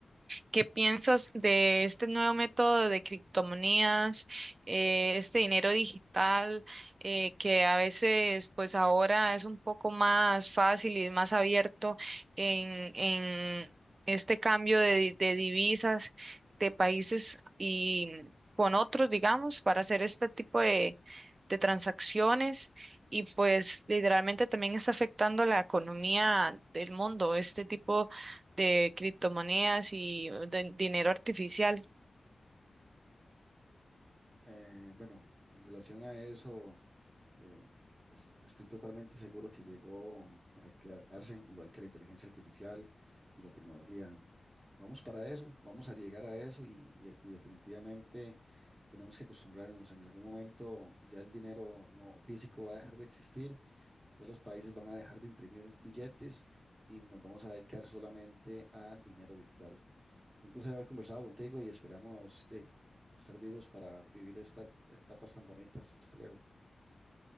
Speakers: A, on the right (about 55°); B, on the right (about 35°).
A: ¿Qué piensas de este nuevo método de criptomonedas, eh, este dinero digital, eh, que a veces, pues ahora es un poco más fácil y más abierto en, en este cambio de, de divisas de países y con otros, digamos, para hacer este tipo de, de transacciones? Y pues literalmente también está afectando la economía del mundo, este tipo de criptomonedas y de dinero artificial.
B: Eh, bueno, en relación a eso, eh, est- estoy totalmente seguro que llegó para quedarse, igual que la inteligencia artificial y la tecnología. Vamos para eso, vamos a llegar a eso y, y- y definitivamente tenemos que acostumbrarnos. En algún momento ya el dinero no físico va a dejar de existir, ya los países van a dejar de imprimir billetes y nos vamos a dedicar solamente a dinero virtual. Fue un placer haber conversado contigo y esperamos de estar vivos para vivir estas etapas tan bonitas. Hasta luego.